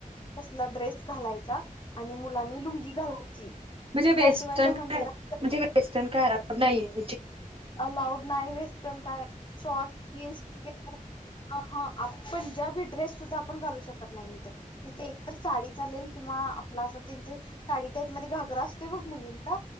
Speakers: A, on the left (about 35°); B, on the right (about 40°).
A: तसला ड्रेस घालायचा आणि मुलांनी लुंगी घालायची.
B: म्हजे
A: त्याशिवाय
B: वेस्टर्न
A: त्या मंदिरात
B: काय वेस्टर्न काय आलावूड नायां.
A: अलाउड नाही वेस्टर्न काय शॉर्ट जीन्स <unintelligible> हं हा आपण त्यावेळी ड्रेस आपण घालू शकत नाई इथ इथे एक साडी चालेल किंवा आपला असा त्याचं साडी टाईप घागरा असतोय ब मुलींचा